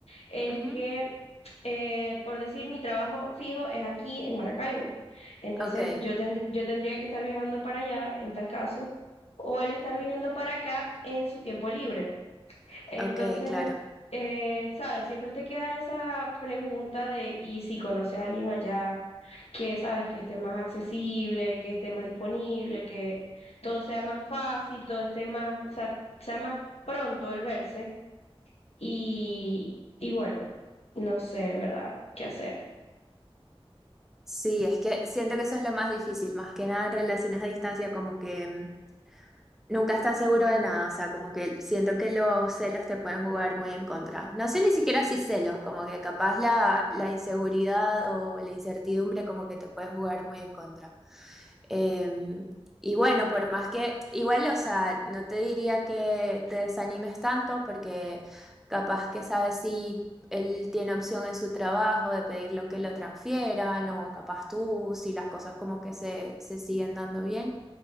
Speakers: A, on the left; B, in the centre.
A: es
B: ujú,
A: que, eh, por decir, mi trabajo fijo es aquí en Maracaibo, entonces
B: Ok,
A: yo, tendr- yo tendría que estar viajando para allá en tal caso, o él estar viniendo para acá en su tiempo libre. Entonces,
B: ok, claro.
A: eh, sabes, siempre te queda esa pregunta de, ¿y si conoces a alguien allá que sabes que esté más accesible, que esté más disponible, que todo sea más fácil, todo esté más, o sea, sea más pronto el verse? Y, y bueno, no sé en verdad qué hacer.
B: Sí, es que siento que eso es lo más difícil, más que nada en relaciones a distancia, como que... em, Nunca estás seguro de nada, o sea, como que siento que los celos te pueden jugar muy en contra. No sé ni siquiera si celos, como que capaz la, la inseguridad o la incertidumbre como que te puede jugar muy en contra. Em, y bueno, por más que, igual, o sea, no te diría que te desanimes tanto porque capaz que sabes si él tiene opción en su trabajo de pedir lo que lo transfieran o capaz tú, si las cosas como que se, se siguen dando bien.